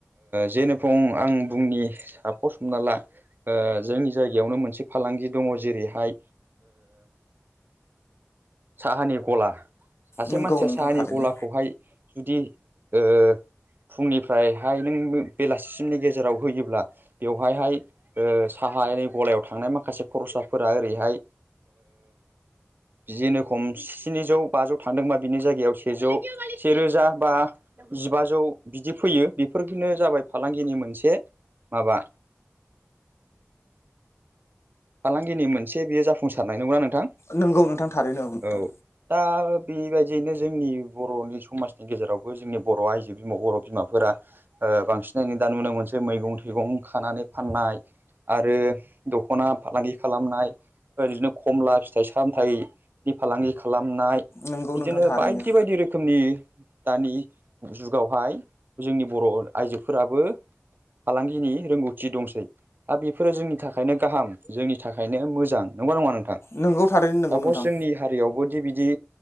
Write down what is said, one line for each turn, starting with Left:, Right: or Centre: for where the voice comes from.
Right: जेनेखं आं बुंनि साफर सोमना ला जोंनि जायगायावनो मोनसे फालांगि दङ जेरैहाय साहानि गला सासे
Left: नोंगौ
Right: मानसिया
Left: नोंथां
Right: साहानि
Left: थारैनो
Right: गलाखौहाय जुदिओ फुंनिफ्रायहाय नों बेलासिसिमनि गेजेराव होयोब्ला बेवहायहाय साहा बाहाय नै गलायाव थांनाय माखासे खरसाफोरा ओरैहाय बिदिनोखम स्निजौ बाजौ थांदोंबा बिनि जायगायाव सेजौ सेरोजा बा जिबाजौ बिदि फैयो बेफोरनो जाबाय फालांगिनि मोनसे माबा फालांगिनि मोनसे बेयो जाफुंसारनाय नङागौना नों थां
Left: नोंगौ नोंथां थारैनो नोंथां
Right: औ दा बेबायदियैनो जोंनि बरनि समाजनि गेजेरावबो जोंनि बर आइजो बिम बर बिमाफोरा ओ बांसिनानो दा नुनो मोनसै मैगं थाइगं खानानै फाननाय आरो दखना फालांगि खालामनाय ओदिनो खमला फिथाइ सामथाइनि फालांगि खालामनाय <unintelligible> फनाय
Left: नोंगौ
Right: बिदिनो
Left: नोंथां थारैनो
Right: बायदि बायदि रोखोमनि दानि जुगावहाय जोंनि बर आइजोफोराबो फालांगिनि रोंगौथि दंसै दा बेफोरो जोंनि थाखायनो गाहाम जोंनि थाखायनो मोजां नंगौना नङा नोंथां
Left: नोंगौ थारैनो नोंगौ
Right: सापस
Left: नोंथां
Right: जोंनि हारियावबोदि बिदि